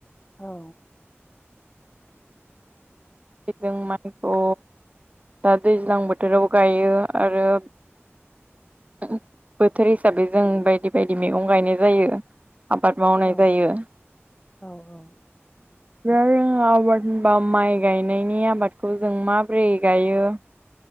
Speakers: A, on the left (about 20°); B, on the right (about 30°).
A: औ
B: <unintelligible> जों माइखौ दा दैज्लां बोथोराव गायो आरो <unintelligible> बोथोर हिसाबै जों बायदि बायदि मैगं गायनाय जायो आबाद मावनाय
A: औ
B: जायो
A: औ औ
B: दा जोङो आबाद होनबा माइ गायनायनि आबादखौ जों माबोरै गायो